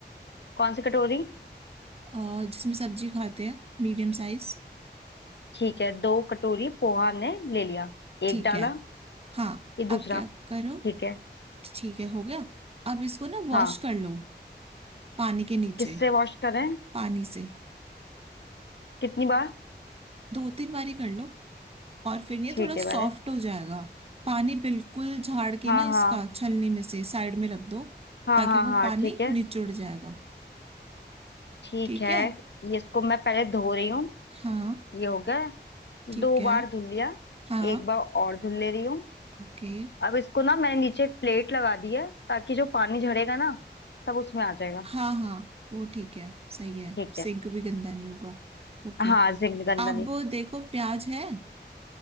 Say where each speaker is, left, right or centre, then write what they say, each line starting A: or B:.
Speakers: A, on the left (about 75°); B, on the right (about 35°).
A: कौन सी कटोरी
B: अ, जिसमें सब्जी खाते हैं मीडियम साइज
A: ठीक है दो कटोरी पोहा हमने ले लिया
B: ठीक
A: एक डाला
B: है हाँ
A: ये दूसरा
B: अब क्या करो
A: ठीक है
B: ठीक है हो गया अब इसको ना वॉश
A: हाँ
B: कर लो पानी के नीचे
A: किससे वॉश करें
B: पानी से
A: कितनी बार
B: दो तीन बारी कर लो और फिर ये
A: ठीक
B: थोड़ा सॉफ्ट
A: है मैंने
B: हो जाएगा पानी बिल्कुल झाड़ के
A: हाँ
B: ना
A: हाँ
B: इसका छलनी में से साइड में रख दो
A: हाँ
B: ताकि
A: हाँ
B: वो
A: हाँ
B: पानी
A: ठीक है
B: निचुड़ जाएगा
A: ठीक
B: ठीक
A: है
B: है
A: ये इसको मैं पहले धो रही हूँ
B: हाँ
A: ये हो गया
B: ठीक
A: दो
B: है
A: बार धुल लिया
B: हाँ
A: एक बार और धुल ले रही हूँ
B: ओके
A: अब इसको ना मैंने नीचे एक प्लेट लगा दी है ताकि जो पानी झड़ेगा ना सब उसमें आ जाएगा
B: हाँ हाँ वो ठीक है सही है
A: ठीक है
B: सिंक भी गंदा नहीं होगा ओके
A: हाँ जिंग गंदा
B: अब
A: नहीं
B: देखो प्याज है